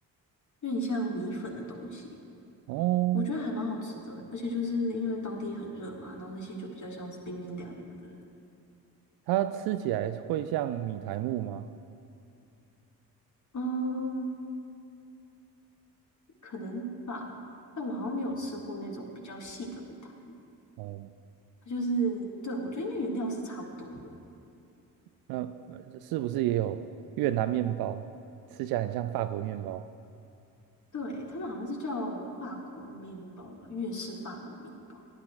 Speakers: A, on the left; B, on the right.
A: 有点像米粉的东西。
B: 哦，
A: 我觉得还蛮好吃的欸，而且就是因为当地很热嘛，然后那些就比较像是冰冰凉凉的，
B: 它吃起来会像米苔木吗？
A: 嗯，可能吧。但我好像没有吃过那种比较细的米苔目，
B: 哦，
A: 它就是，对，我觉得应该原料是差不多的。
B: 那呃是不是也有越南面包？吃起来很像法国面包。
A: 对，他们好像是叫法国面包吧，粤式法国面包。